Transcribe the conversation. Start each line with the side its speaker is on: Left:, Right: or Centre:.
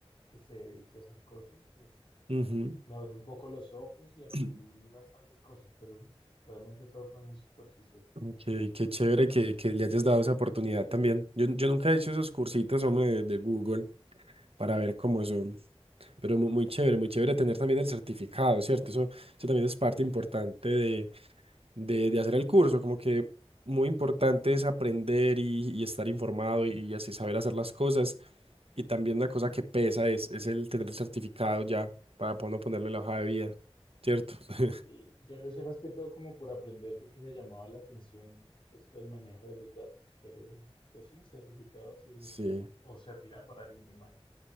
Left: que se dedique a esas cosas, pues
Right: ujú.
Left: me abrí un poco los ojos y aprendí
Right: <clears throat>
Left: bastantes cosas, pero realmente todo fue muy superficial.
Right: Ok, qué chévere que, que le hayas dado esa oportunidad también. Yo, yo nunca he hecho esos cursitos, hombre, de, de Google para ver cómo son. Pero mu- muy, chévere, muy chévere tener también el certificado, ¿cierto? Eso, eso también es parte importante de, de, de hacer el curso, como que muy importante es aprender y, y estar informado y, y así saber hacer las cosas. Y también una cosa que pesa es, es el tener el certificado ya para poder no ponerlo en la hoja de vida, ¿cierto? <laughs>
Left: sí yo lo hice más que todo como por aprender porque me llamaba la atención esto del manejo de los datos, pero pues sí, el certificado sirve
Right: Sí,
Left: o servirá para algo, me imagino.